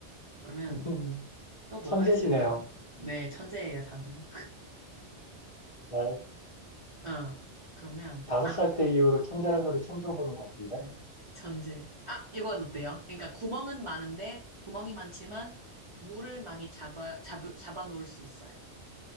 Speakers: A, on the right; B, on the left.
A: 그러면
B: <laughs>
A: 또 뭐가
B: 천재시네요.
A: 있을까? 네, 천재예요, 저는.
B: 나
A: 아, 어. 그러면
B: 다섯
A: 아,
B: 살 때 이후로 천재란 소리 처음 들어보는 것 같은데?
A: 네. 전제. 아, 이건 어때요? 그러니까 구멍은 많은데, 구멍이 많지만, 물을 많이 잡아, 잡, 잡아놓을 수 있어요.